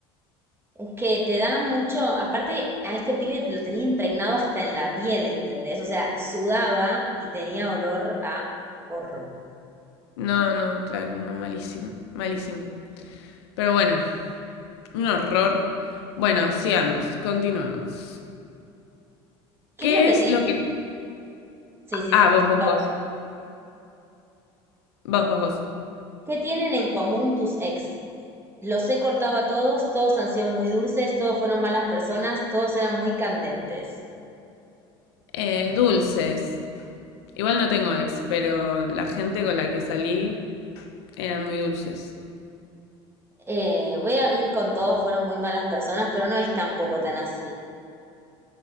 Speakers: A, on the right; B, on the left.
A: Es que te da mucho, aparte a este pibe te lo tenía impregnado hasta en la piel, ¿entendés? O sea, sudaba y tenía olor a porro.
B: No, no, claro, no, malísimo, malísimo. Pero bueno, un horror. Bueno, sigamos, continuemos.
A: ¿Qué
B: ¿Qué
A: es lo que
B: es
A: tienen?
B: lo que...
A: Sí, sí,
B: Ah,
A: sí,
B: vos,
A: decilo
B: vos, vos,
A: vos.
B: vos, vos, vos.
A: ¿Qué tienen en común tus ex? Los he cortado a todos, todos han sido muy dulces, todos fueron malas personas, todos eran muy candentes.
B: Eh, dulces. Igual no tengo ex, pero la gente con la que salí eran muy dulces.
A: Eh, voy a ir con todos fueron muy malas personas, pero no es tampoco tan así.